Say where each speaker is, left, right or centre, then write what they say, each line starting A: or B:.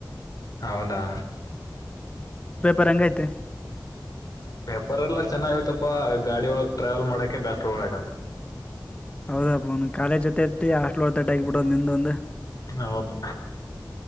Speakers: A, on the left; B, on the left.
A: ಹೌದಾ
B: ಬರಂಗ ಐತೆ
A: ವ್ಯಾಪಾರ ಎಲ್ಲ ಚೆನ್ನಾಗಾಗಿತ ಗಾಡಿ ಒಳ ಟ್ರಾವೆಲ್ ಮಾಡೋಕೆ ಬ್ಯಾಸ್ ಒಳಕ
B: ಹೌದಾಪ್ಪನ್ ಕಾಲಜ ಜೊತೆತಿ ಆಸ್ಟ್ಲ್ ಹೊತ ಆಗ್ಬ ಬಿಡೋ್ ನಿಂದ್ ಒಂದು
A: ಹೌದು